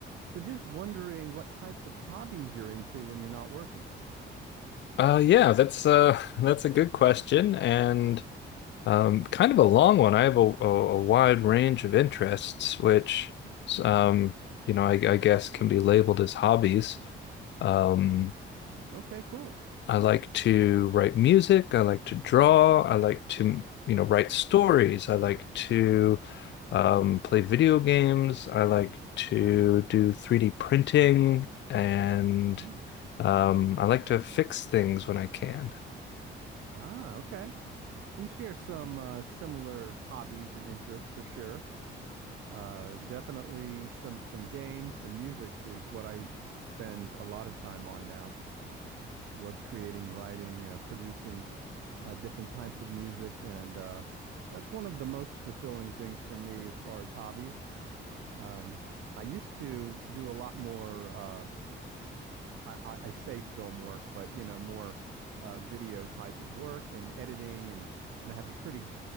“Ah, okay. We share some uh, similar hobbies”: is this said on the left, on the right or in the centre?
Right